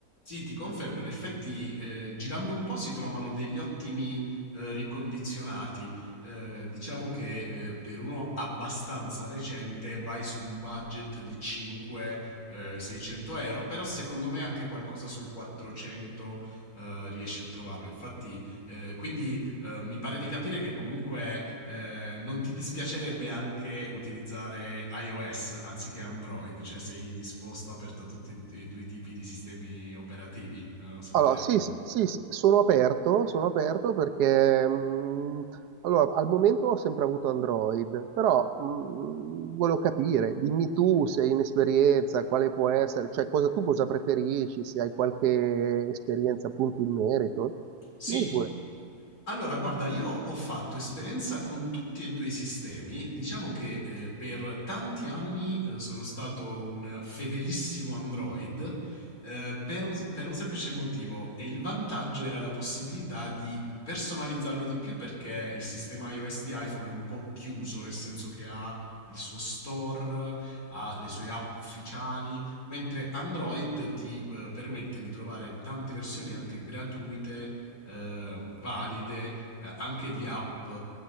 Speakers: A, on the left; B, on the right.
A: Sì, ti confermo, in effetti eh, girando un po' si trovano degli ottimi eh, ricondizionati. Eh, diciamo che eh, per uno abbastanza recente vai su un budget di 5-600 euro, però secondo me anche qualcosa sui 400 eh, riesci a trovarlo. Infatti, eh, quindi eh, mi pare di capire che comunque eh, non ti dispiacerebbe anche utilizzare iOS anziché Android, cioè sei disposto aperto a tutti e due i tipi di sistemi operativi eh, sul
B: Allora,
A: telefono.
B: sì, sì, sì, sì, sono aperto, sono aperto perché mh, allora, al momento ho sempre avuto Android, però mh, volevo capire, dimmi tu se hai un'esperienza, quale può essere, cioè cosa, tu cosa preferisci, se hai qualche esperienza appunto in merito.
A: Sì,
B: Dimmi pure.
A: Allora, guarda, io ho fatto esperienza con tutti e due i sistemi. Diciamo che eh, per tanti anni eh, sono stato un fedelissimo Android eh, per un, per un semplice motivo e il vantaggio era la possibilità di personalizzarlo di più perché il sistema iOS di iPhone è un po' chiuso, nel senso che ha il suo store, ha le sue app ufficiali, mentre Android ti eh, permette di trovare tante versioni anche gratuite, eh, valide, eh, anche di app, eh,